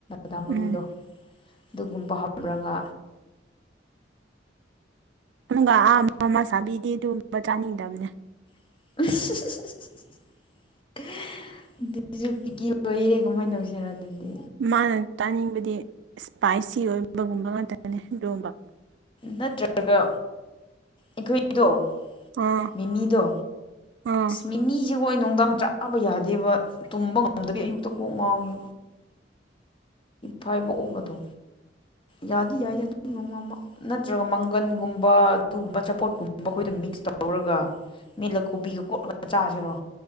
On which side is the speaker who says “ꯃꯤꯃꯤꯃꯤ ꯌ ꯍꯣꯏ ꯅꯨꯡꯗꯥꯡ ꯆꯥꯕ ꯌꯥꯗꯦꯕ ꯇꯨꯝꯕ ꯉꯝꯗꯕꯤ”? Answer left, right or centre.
Left